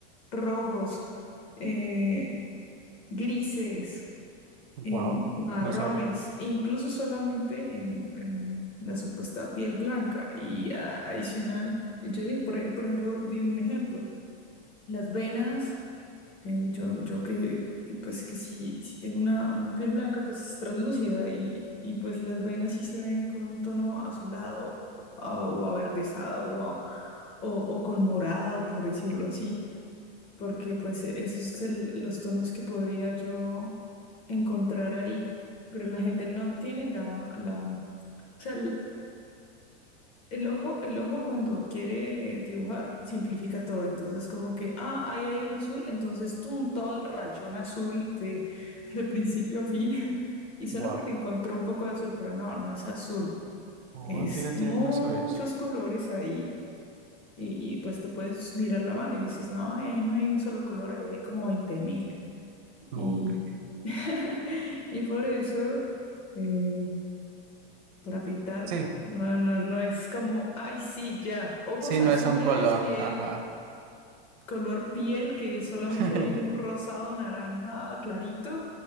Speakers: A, on the left; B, on the right.
A: rojos, eh, grises em,
B: Wow,
A: marrones,
B: no sabía.
A: incluso solamente en, en la supuesta piel blanca y a- adicional. Yo dije, por, e- por ejemplo, di un ejemplo, las venas, eh, yo, yo que, que, pues que si, si tengo una, una piel blanca, pues es translúcida y, y pues las venas sí se ven con un tono azulado a- o averdezado o, a- o, o con morado, por decirlo así porque pues e- esos son los tonos que podría yo encontrar ahí, pero la gente no tiene la, la, o sea, el, el ojo, el ojo cuando quiere dibujar simplifica todo, entonces como que, ah, ahí hay un azul, entonces tum, todo el rayón azul de, de principio a fin, <laughs> y solo
B: Wow.
A: porque encontró un poco de azul, pero no, no es azul,
B: Oh,
A: es
B: fíjate,
A: muchos
B: no sabes.
A: colores ahí. Y, y, pues te puedes mirar la mano y dices, no, ay, ahí no hay un solo color, ahí hay como 20.000
B: Ok.
A: y, <laughs> y por eso, eh, para pintar,
B: Sí,
A: no, no, no es como, ay, sí, ya, ojos
B: sí, no
A: azules,
B: es un color,
A: piel,
B: ajá.
A: color piel, que solamente
B: <laughs>
A: hay un rosado naranja clarito